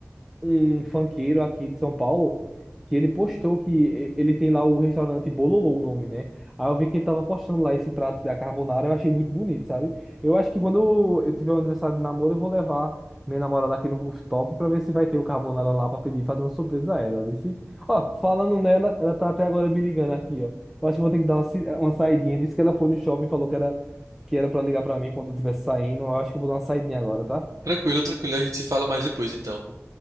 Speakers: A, in the centre; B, on the right.
A: um funkeiro aqui de São Paulo que ele postou que e- ele tem lá o restaurante Bololô, o nome, né? Aí eu vi que ele tava postando lá esse prato da carbonara, eu achei muito bonito, sabe? Eu acho que quando eu tiver um aniversário de namoro, eu vou levar minha namorada aqui no rooftop pra ver se vai ter o carbonara lá pra pedir, fazer uma surpresa a ela, viu? se- Ó, falando nela, ela tá até agora me ligando aqui, ó. Eu acho que vou ter que dar uma, si- uma saidinha, visto que ela foi no shopping e falou que era, que era pra ligar pra mim quando eu estivesse saindo. Eu acho que eu vou dar uma saidinha agora, tá?
B: Tranquilo, tranquilo, a gente se fala mais depois então.